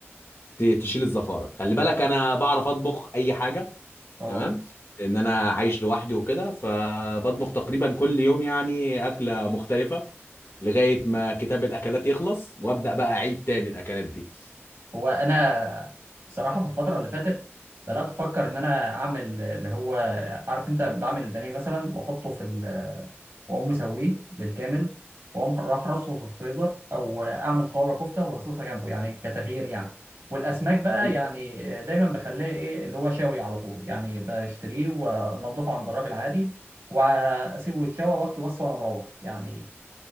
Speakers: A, on the left; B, on the right.
A: ت- تشيل الزفارة خلي بالك أنا بعرف أطبخ أي حاجة
B: اه
A: تمام لان انا عايش لوحدي وكده فبطبخ تقريبا كل يوم يعني اكله مختلفه لغايه ما كتاب الاكلات يخلص وابدا بقى اعيد تاني الاكلات دي
B: هو انا بصراحه في الفتره اللي فاتت بدات افكر ان انا اعمل اللي هو عارف انت بعمل البانيه مثلا واحطه في ال واقوم مسويه بالكامل واقوم راح رصه في الفريزر او اعمل صوابع كفته وارصصها جنبه يعني كتغيير يعني والاسماك بقى
A: ال-
B: يعني دايما بخليها ايه اللي هو شاوي على طول يعني بشتريه وانضفه عند الراجل عادي واسيبه يتشوى واخده بس وانا مروح يعني